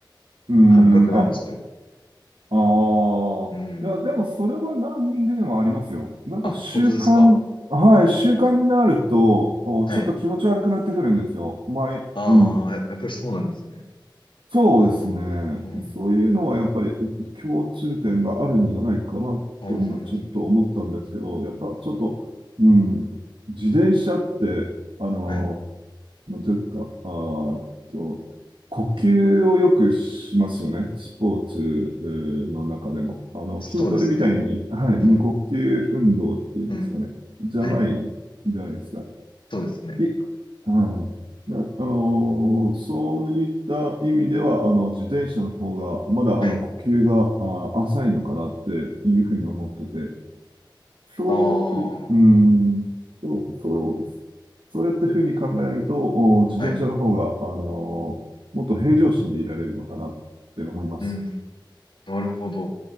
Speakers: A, on the right; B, on the left.
A: ん、
B: 感覚なんですよ。
A: あ、ああ。
B: うん。
A: いや、でもそれはランニングでもありますよ。なんか習慣、
B: あ、本当ですか。
A: はい、習慣になると、
B: うん。
A: おちょっと気持ち悪くなってくるんですよ。
B: はい。
A: 前、
B: ああ、
A: うん。
B: ややっぱりそうなんですね。
A: そうですね。
B: ああ、うん。
A: そういうのはやっぱり共通点があるんじゃないかなと、
B: ああ、うん
A: ちょっと思ったんですけど、やっぱちょっと、うん、自転車って、あの、
B: はい。
A: まあというか、あーと、呼吸をよくしますよね。スポーツえーの中でも。あの、
B: そうですね。
A: 筋トレみたいに、はい、無呼吸運動っていうんですかね。
B: うん。うん。
A: じゃない、
B: はい。
A: じゃないですか。
B: そうですね。
A: い、はい。なあのーそういった意味では、あの、自転車の方が、まだ、
B: はい。
A: あの、呼吸が、あー、浅いのかなっていうふうに思ってて、そう、
B: ああ、
A: いうん、そう、そう、そうやってふうに考えると、お自転車の方が、
B: はい。
A: あのーもっと平常心でいられるのかなって思います。
B: うん。なるほど。